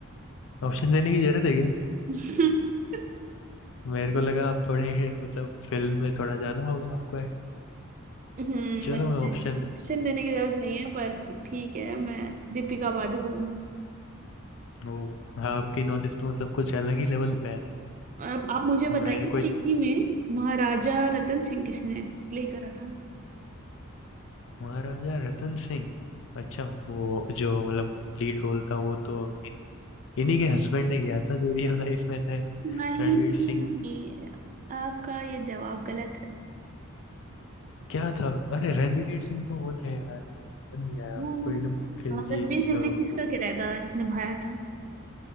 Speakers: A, on the left (about 65°); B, on the right (about 35°).
A: ऑप्शन देने की जरूरत है क्या
B: <laughs>
A: मेरे को लगा आप थोड़े <laughs> मतलब फिल्म में थोड़ा ज्यादा होगा आपको है
B: नहीं,
A: चलो मैं ऑप्शन दे
B: ऑप्शन देने की जरूरत नहीं है पर ठीक है मैं दीपिका पादुकोण
A: ओ आपकी नॉलेज तो मतलब कुछ अलग ही लेवल पे है
B: अब आप मुझे बताइए
A: मेरे
B: ना
A: को
B: इसी में महाराजा रतन सिंह किसने प्ले करा था
A: महाराजा रतन सिंह अच्छा वो जो मतलब लीड रोल था वो तो इन इन्हीं के हस्बैंड ने किया था जो रियल लाइफ में थे
B: नहीं
A: रणवीर सिंह
B: आपका ये जवाब गलत है
A: क्या था अरे रणवीर सिंह तो वो थे यार याद नहीं आया
B: वो
A: मेरे को एकदम खिलजी
B: हाँ, रणवीर सिंह
A: अ, वो
B: ने किसका किरदार निभाया था